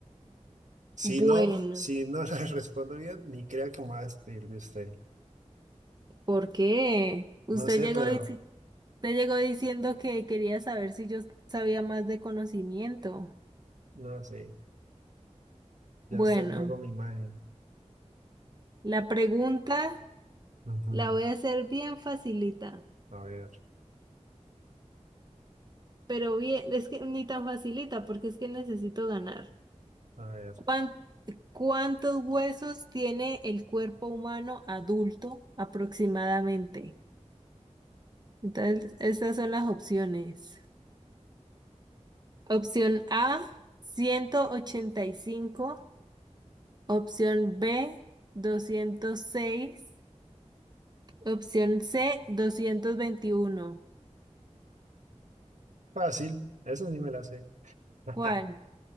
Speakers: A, on the right; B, on the right.
A: Bueno,
B: Si no, si no <laughs> le respondo bien, ni crea que me va a despedir de usted.
A: ¿por qué? Usted
B: No sé,
A: llegó
B: pero
A: y dice. Te llegó diciendo que quería saber si yo sabía más de conocimiento.
B: no sé. Ya
A: Bueno,
B: está en juego mi imagen.
A: la pregunta
B: Ujú.
A: la voy a hacer bien facilita,
B: A ver,
A: pero bien, es que ni tan facilita porque es que necesito ganar.
B: a ver.
A: ¿Cuán- ¿Cuántos huesos tiene el cuerpo humano adulto aproximadamente? Entonces, estas son las opciones. Opción A, 185. Opción B, 206. Opción C, 221.
B: Fácil, eso sí me la sé. <laughs>
A: ¿Cuál?